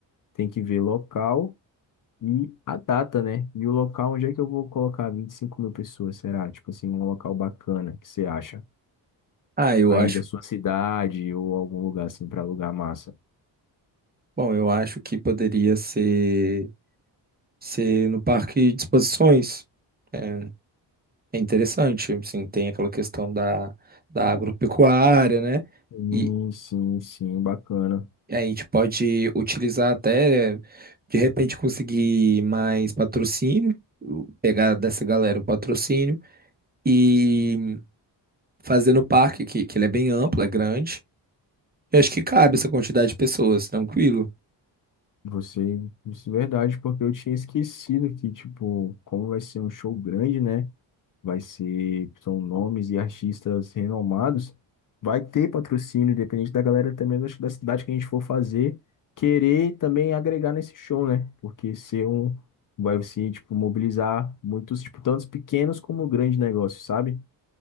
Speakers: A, on the left; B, on the right.
A: tem que ver local. E a data, né? E o local, onde é que eu vou colocar 25 mil pessoas, será? Tipo assim, um local bacana que você acha?
B: Ah, eu
A: Aí
B: acho.
A: da sua cidade ou algum lugar assim para alugar massa.
B: Bom, eu acho que poderia ser ser no parque de exposições. É, é interessante, assim, tem aquela questão da, da agropecuária, né?
A: Sim,
B: E
A: sim, sim, bacana.
B: a gente pode utilizar até, de repente, conseguir mais patrocínio, pegar dessa galera um patrocínio e fazer no parque, que, que ele é bem amplo, é grande. Eu acho que cabe essa quantidade de pessoas, tranquilo.
A: Você, isso é verdade, porque eu tinha esquecido que, tipo, como vai ser um show grande, né? vai ser, são nomes e artistas renomados. Vai ter patrocínio, independente da galera também, acho que da cidade que a gente for fazer, querer também agregar nesse show, né? Porque ser um, vai se, tipo, mobilizar muitos, tipo, tantos pequenos como grandes negócios, sabe?